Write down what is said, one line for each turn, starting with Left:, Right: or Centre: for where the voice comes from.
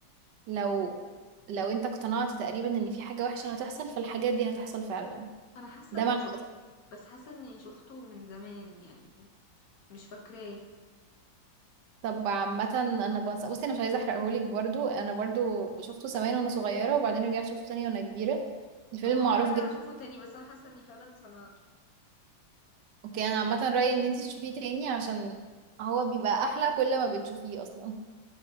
Right: لو لو أنت اقتنعت تقريبا إن في حاجة وحشة هتحصل فالحاجة دي هتحصل فعلا
Left: انا حاسه
Right: ده
Left: اني
Right: معنى
Left: شفته بس حاسه اني شفته من زمان يعني مش فاكراه
Right: طب عامة انا بنسى بصي انا مش عايزة احرقهولك برضو انا برضو شفته زمان وانا صغيرة وبعدين رجعت شفته تاني وانا كبيرة الفيلم
Left: اه
Right: معروف
Left: هرجع
Right: جدا
Left: اشوفه تاني بس انا حاسه اني فعلا سمعته
Right: اوكي انا عامة رأيي ان انت تشوفيه تاني عشان هو بيبقى احلى كل ما بتشوفيه اصلا